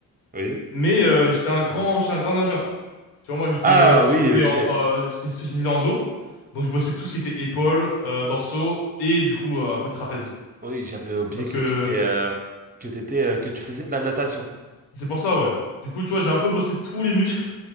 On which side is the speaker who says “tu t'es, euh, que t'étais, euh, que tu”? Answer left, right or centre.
Right